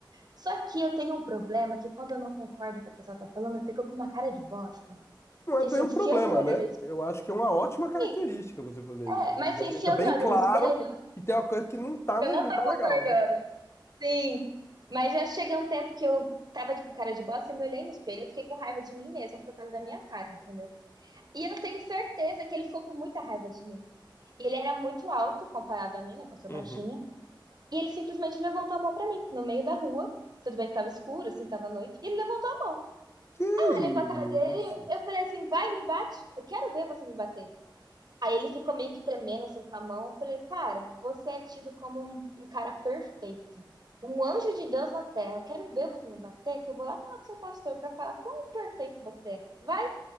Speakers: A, on the right; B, on the left.
A: Só que eu tenho um problema que quando eu não concordo com o que a pessoa tá falando, eu fico com uma cara de bosta.
B: Não
A: Que
B: é
A: assim,
B: bem um
A: se
B: problema,
A: eu me olho
B: né?
A: no
B: Eu acho que é uma ótima
A: espelho.
B: característica você fazer
A: É,
B: isso, né?
A: mas
B: Já
A: assim,
B: deixa
A: se eu
B: bem
A: me olho
B: claro
A: no espelho,
B: que tem uma coisa que não tá,
A: eu
B: né?
A: não
B: Não
A: tô
B: tá
A: concordando.
B: legal, né?
A: Sim. Mas já chega um tempo que eu tava tipo, com cara de bosta, eu me olhei no espelho, eu fiquei com raiva de mim mesma por causa da minha cara, entendeu? E eu tenho certeza que ele ficou com muita raiva de mim. E ele era muito alto comparado a mim, né? Que eu sou
B: Uhum.
A: baixinha. E ele simplesmente levantou a mão pra mim, no meio da rua. Tudo bem que tava escuro, assim, tava à noite. E ele levantou a mão.
B: Que
A: Eu olhei pra cara dele,
B: isso?
A: eu falei assim: vai, me bate. Eu quero ver você me bater. Aí ele ficou meio que tremendo, assim, com a mão. Eu falei: cara, você é tido como um, um cara perfeito. Um anjo de Deus na terra. Eu quero ver você me bater, que eu vou lá falar com seu pastor pra falar como perfeito você é. Vai.